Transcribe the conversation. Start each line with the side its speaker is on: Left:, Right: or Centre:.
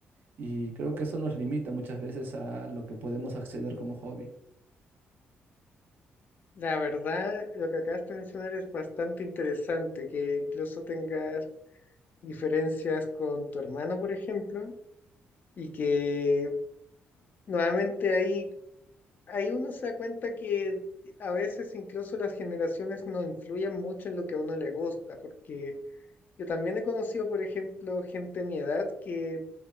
Right: y creo que eso nos limita muchas veces a lo que podemos acceder como hobby.
Left: La verdad, lo que acabas de mencionar es bastante interesante, que incluso tengas diferencias con tu hermano, por ejemplo, y que nuevamente ahí, ahí uno se da cuenta que a veces incluso las generaciones no influyen mucho en lo que a uno le gusta, porque yo también he conocido, por ejemplo, gente de mi edad que